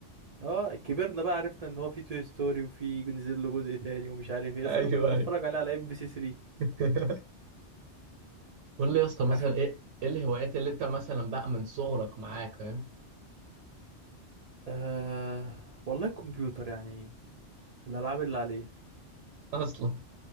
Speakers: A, on the right; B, on the right.
A: اه كبرنا بقى عرفنا ان هو في توي ستوري وفي نزل له جزء تاني ومش عارف ايه بس
B: ايوه
A: انا كنت بتفرج
B: ايوه
A: عليه على ام بي سي 3
B: <laughs> قول لي يا اسطى
A: انا
B: مثلا
A: في
B: ايه ايه الهوايات اللي انت مثلا بقى من صغرك معاك فاهم
A: آه... والله كمبيوتر يعني الالعاب اللي عليه
B: اصلا